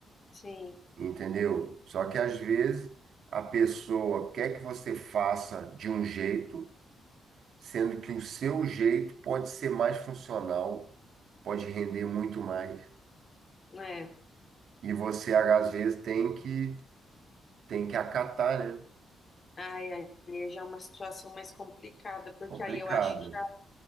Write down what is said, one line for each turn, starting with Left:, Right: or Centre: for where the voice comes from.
Left: sim,
Right: entendeu? Só que às vezes a pessoa quer que você faça de um jeito, sendo que o seu jeito pode ser mais funcional, pode render muito mais.
Left: né?
Right: E você às vezes tem que tem que acatar, né?
Left: Ai, aí já é uma situação mais complicada, porque
Right: Complicado.
Left: aí eu acho que